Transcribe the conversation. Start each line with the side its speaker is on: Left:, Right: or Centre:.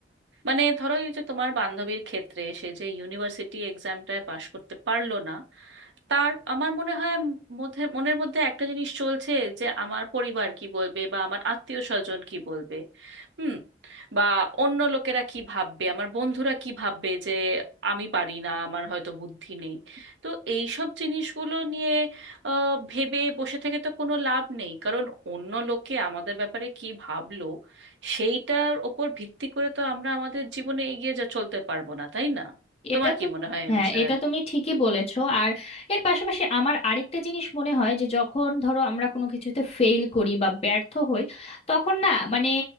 Right: মানে ধরো এই যে তোমার বান্ধবীর ক্ষেত্রে সে যে ইউনিভার্সিটি এক্সামটায় পাশ করতে পারলো না তার আমার মনে হয় মধ্যে মনের মধ্যে একটা জিনিস চলছে যে আমার পরিবার কি বলবে বা আমার আত্মীয় স্বজন কি বলবে হুম বা অন্য লোকেরা কি ভাববে আমার বন্ধুরা কি ভাববে যে আমি পারি না আমার হয়তো বুদ্ধি নেই তো এই সব জিনিসগুলো নিয়ে আহ, ভেবে বসে থেকে তো কোনো লাভ নেই কারণ অন্য লোকে আমাদের ব্যাপারে কি ভাবলো সেইটার ওপর ভিত্তি করে তো আমরা আমাদের জীবনে এগিয়ে যা চলতে পারবো না তাই না তোমার
Left: এটা
Right: কি
Left: তুমি
Right: মনে হয়
Left: হ্যাঁ
Right: এ বিষয়ে
Left: এটা তুমি ঠিকই বলেছো আর এর পাশাপাশি আমার আরেকটা জিনিস মনে হয় যে যখন ধরো আমরা কোনো কিছুতে ফেল করি বা ব্যর্থ হই তখন না মানে